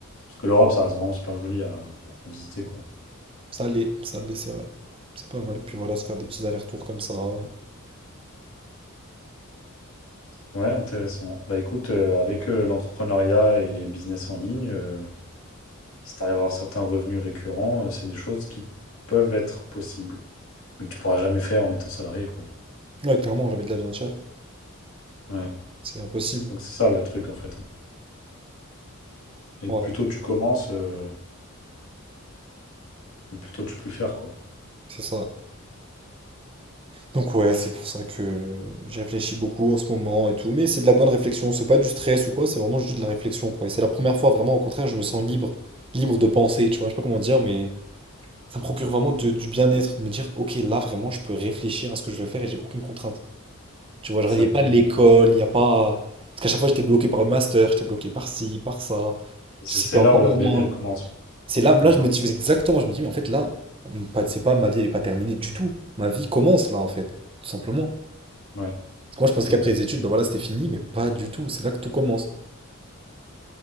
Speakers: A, on the left; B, on the right.
A: Parce que l'Europe, ça reste vraiment super joli à, à visiter, quoi.
B: Ça l'est, ça l'est, c'est vrai. C'est pas mal. Puis voilà, se faire des petits allers-retours comme ça. Ouais,
A: Ouais, intéressant. Bah écoute, euh, avec euh, l'entrepreneuriat et les business en ligne, euh, si t'arrives à avoir certains revenus récurrents, euh, c'est des choses qui peuvent être possibles, mais que tu pourras jamais faire en étant salarié, quoi.
B: clairement, jamais de la viande chère.
A: Ouais.
B: C'est impossible.
A: Donc c'est ça le truc, en fait. Et
B: Ouais,
A: le plus tôt tu commences, euh, le plus tôt tu peux le faire, quoi.
B: c'est ça. Donc ouais, c'est pour ça que j'ai réfléchi beaucoup en ce moment et tout. Mais c'est de la bonne réflexion. C'est pas du stress ou quoi, c'est vraiment juste de la réflexion, quoi. Et c'est la première fois, vraiment, au contraire, je me sens libre. Libre de penser, tu vois. Je sais pas comment dire, mais ça me procure vraiment de- du bien-être. De me dire, ok, là, vraiment, je peux réfléchir à ce que je vais faire et j'ai aucune contrainte. Tu vois, genre,
A: Exactement.
B: il n'y a pas l'école, il n'y a pas. Parce qu'à chaque fois, j'étais bloqué par le master, j'étais bloqué par ci, par ça.
A: C'est
B: C'était
A: c'est
B: encore
A: là où la
B: loin.
A: vraie vie, elle commence.
B: C'est là, là,
A: Ouais,
B: je me dis exactement, je me dis, mais en fait, là, pas- c'est pas ma vie, elle n'est pas terminée du tout. Ma vie commence là, en fait, tout simplement.
A: ouais,
B: Parce que moi,
A: exactement.
B: je pensais qu'après les études, ben voilà, c'était fini, mais pas du tout. C'est là que tout commence,